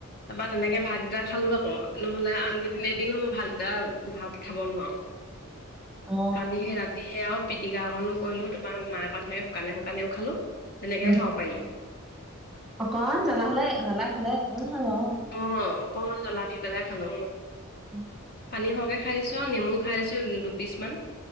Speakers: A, on the left; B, in the centre.
A: তাপা তেনেকে ভাত কেইটা। খালো আক, নহলে আনকেইদিন এদিনো মই ভাতকেইটা ভালকে খাব নোৱাৰোঁ।
B: অ
A: কালি সে ৰাতিহে সেই আও পিটিকা অকণো কৰিলোঁ তাপা মাকে কোৱা নিচিনাকে শুকানে শুকানেও খালো। তেনেকেহে
B: উম
A: খাব পাৰিলো।
B: অকমান জ্বলা হালে জ্বলা খালে একো নহয় বাও।
A: অ, অকণমান জ্বলা দি পেলাই খালো।
B: উম'।
A: পানী সৰহকে খাই দিছ আও নেমু খাই দিছো দুপিচ মান।